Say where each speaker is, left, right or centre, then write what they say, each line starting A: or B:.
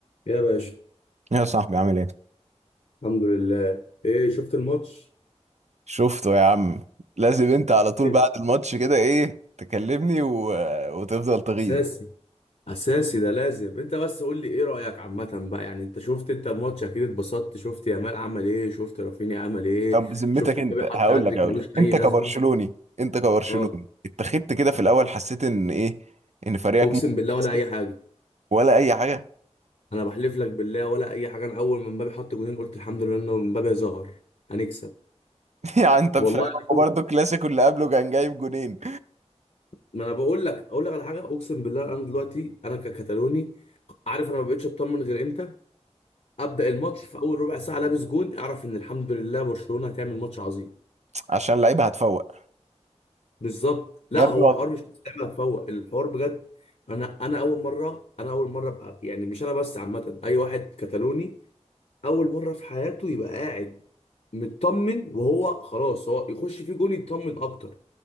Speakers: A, on the left (about 75°); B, on the right (about 75°).
A: يا باشا
B: يا صاحبي عامل ايه؟
A: الحمد لله ايه شفت الماتش
B: شفته يا عم لازم انت على طول
A: إيه؟
B: بعد الماتش كده ايه تكلمني و... وتفضل تغيظ
A: اساسي اساسي ده لازم انت بس قول لي ايه رايك عامه بقى يعني انت شفت انت الماتش اكيد اتبسطت شفت يامال عمل ايه شفت رافينيا عمل ايه
B: طب بذمتك
A: شفت
B: انت
A: مبابي حط
B: هقول
A: هاتريك
B: لك هقول
A: ملوش
B: لك انت
A: اي لازمه
B: كبرشلوني انت كبرشلوني
A: اه
B: اتخذت كده في الاول حسيت ان ايه ان فريقك
A: اقسم
B: ممكن
A: بالله
B: يكسب
A: ولا اي حاجه
B: ولا اي حاجه
A: انا بحلف لك بالله ولا اي حاجه انا اول ما مبابي حط جونين قلت الحمد لله انه مبابي ظهر هنكسب
B: <laughs> يعني انت
A: والله
B: فاهم
A: انا
B: هو
A: أول.
B: برضه الكلاسيكو اللي قبله كان جايب جونين
A: ما انا بقول لك اقول لك على حاجه اقسم بالله انا دلوقتي انا ككتالوني عارف انا ما بقتش اطمن غير امتى ابدا الماتش في اول ربع ساعه لابس جون اعرف ان الحمد لله برشلونه هتعمل ماتش عظيم
B: عشان اللعيبه هتفوق
A: بالظبط لا
B: يا
A: هو
B: ابني والله
A: الحوار مش بس لعبه هتفوق الحوار بجد انا انا اول مره انا اول مره ابقى يعني مش انا بس عامه اي واحد كتالوني اول مره في حياته يبقى قاعد مطمن وهو خلاص هو يخش فيه جون يطمن اكتر